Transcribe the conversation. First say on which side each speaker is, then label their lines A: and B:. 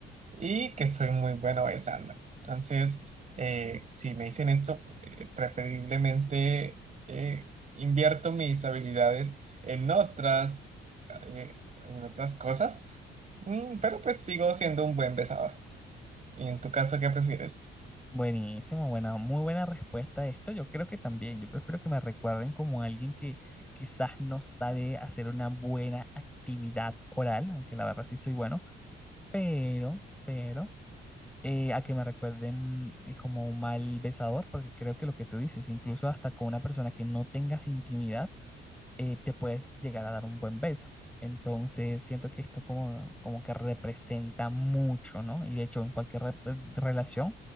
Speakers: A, on the right; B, in the centre.
A: y que soy muy bueno besando. Entonces, eh, si me dicen esto, eh, preferiblemente eh, invierto mis habilidades en otras, eh, en otras cosas, Mm, pero pues sigo siendo un buen besador. ¿Y en tu caso, qué prefieres?
B: Buenísimo, bueno, muy buena respuesta a esto. Yo creo que también, yo prefiero que me recuerden como alguien que quizás no sabe hacer una buena actividad oral, aunque la verdad sí soy bueno, pero, pero eh, a que me recuerden eh, como un mal besador, porque creo que lo que tú dices, incluso hasta con una persona que no tengas intimidad, eh, te puedes llegar a dar un buen beso. Entonces siento que esto como, como que representa mucho, ¿no? Y de hecho en cualquier re- eh, relación